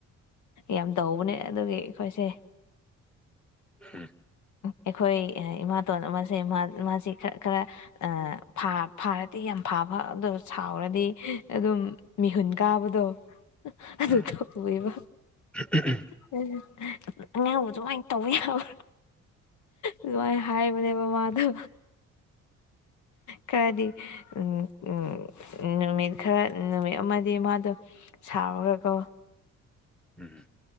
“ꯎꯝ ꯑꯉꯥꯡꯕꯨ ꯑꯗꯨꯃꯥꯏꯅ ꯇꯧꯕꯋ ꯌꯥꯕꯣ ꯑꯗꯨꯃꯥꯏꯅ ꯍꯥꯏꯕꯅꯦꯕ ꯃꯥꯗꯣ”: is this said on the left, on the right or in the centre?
Left